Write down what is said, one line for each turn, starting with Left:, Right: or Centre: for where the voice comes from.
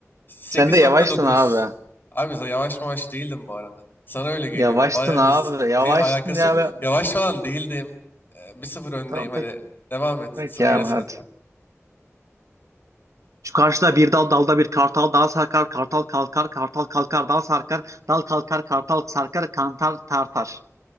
Left: sekiz
Right: Sen de yavaştın
Left: nokta dokuz
Right: abi.
Left: Abi sen yavaş yavaş değildim bu arada. Sana öyle geliyor.
Right: Yavaştın
Left: Bayağı
Right: abi.
Left: hızlı
Right: Yavaştın
Left: diye alakası
Right: ya.
Left: yok.
Right: Be.
Left: Yavaş falan değildim. Ee, 1-0 öndeyim
Right: Tamam
Left: hadi.
Right: pek,
Left: Devam et.
Right: pek
Left: Sıra
Right: ya
Left: yine sende.
Right: hadi. Şu karşıda bir dal dalda bir kartal dal sarkar, kartal kalkar, kartal kalkar dal sarkar, dal kalkar, kartal sarkar, kantar tartar.